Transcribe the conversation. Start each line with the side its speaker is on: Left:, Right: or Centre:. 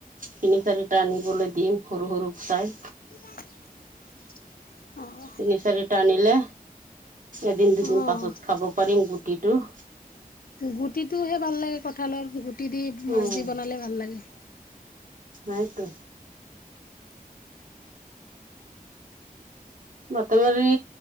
Right: তিনি-চাৰিটা আনিবলৈ দিম, সৰু সৰুক চাই।
Left: <inaudible> অ',
Right: তিনি-চাৰিটা আনিলে এদিন দুদিন
Left: অ',
Right: পাছত খাব পাৰিম গোট কিটো <unintelligible>
Left: গুটিটোহে ভাল লাগে কঠালৰ, গুটি দি
Right: উম।
Left: মাছ দি বনালে ভাল লাগে।
Right: নাইতো। বাতমাৰি